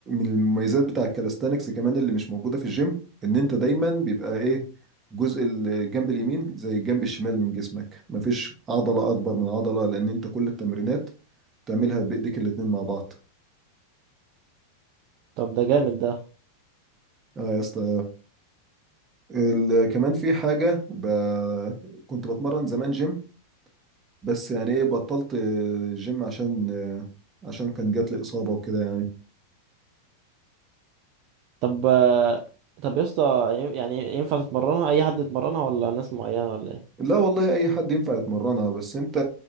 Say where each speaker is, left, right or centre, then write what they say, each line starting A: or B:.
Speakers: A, on the right (about 25°); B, on the right (about 40°).
A: المميزات بتاع الكالستانكس كمان اللي مش موجودة في الجيم ان انت دايما بيبقى ايه جزء الجنب اليمين زي الجنب الشمال من جسمك مفيش عضلة اكبر من عضلة لان انت كل التمرينات تعملها بايديك الاتنين مع بعض
B: طب ده جامد ده
A: اه يا اسطى ال- كمان في حاجة ب... كنت بتمرن زمان جيم بس يعني ايه بطلت جيم عشان عشان كان جات لي إصابة وكده يعني
B: طب آه، طب يا اسطى ي- يعني ينفع تتمرنها اي حد يتمرنها ولا ناس معينه ولا ايه
A: لا والله أي حد ينفع يتمرنها بس أنت